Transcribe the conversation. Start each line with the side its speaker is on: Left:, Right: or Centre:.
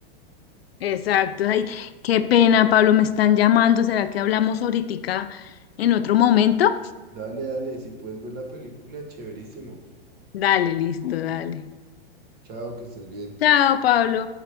Left: exacto. Ay, qué pena, Pablo, me están llamando. ¿Será que hablamos ahorita en otro momento?
Right: Dale, dale, si puedes ver la película, chéverísimo.
Left: Dale, listo, dale.
Right: Chao, que estés bien.
Left: Chao, Pablo.